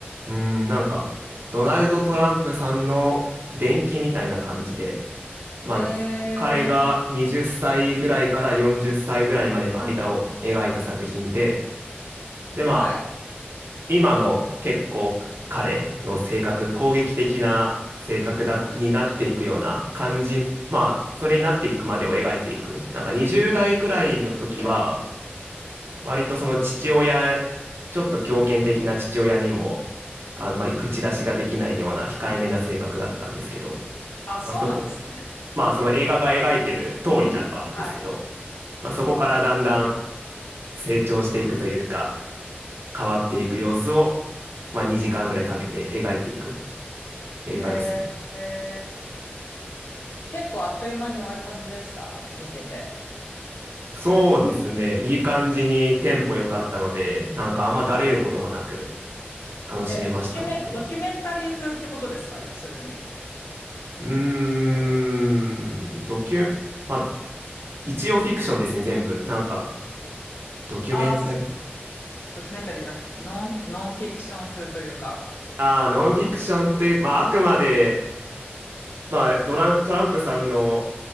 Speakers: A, on the right (about 70°); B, on the left (about 75°).
A: うーん、なんか、ドナルド・トランプさんの伝記みたいな感じで、まあ、
B: えー、
A: 彼が20歳ぐらいから40歳ぐらいまでの間を描いた作品で、で、
B: はい。
A: ま今の結構彼の性格、攻撃的な性格だ、
B: そうですね。
A: になっていくような感じ、まあ、それになっていくまでを描いていく。なんか20代ぐらいの時は、
B: えー、
A: 割とその父親、ちょっと強権的な父親にも、あんまり口出しができないような控えめな性格だったんですけど、
B: あ、そうなんですね。
A: まあそこ、まあその映画が描いてる通りならばですけど、
B: はい。
A: まあそこからだんだん成長していくというか、変わっていく様子を、まあ、2時間ぐらいかけて描いていく映画ですね。
B: えー、えー、結構あっという間に終わる感じでした見てて。
A: そうですね。いい感じにテンポ良かったので、なんかあんまだれることもなく楽しめました、
B: え、ドキュメン、
A: 僕は。
B: ドキュメンタリー風ってことですか要するに。
A: うーん、ドキュ、まあ、一応フィクションですね、全部。なんか、ドキュメンタリー。
B: ああ、ドキュメンタリーというか、ノンフ、ノンフィクション風というか、
A: ああ、ノンフィクションというか、まあ、あくまで、まあ、ドラン、トランプさんの、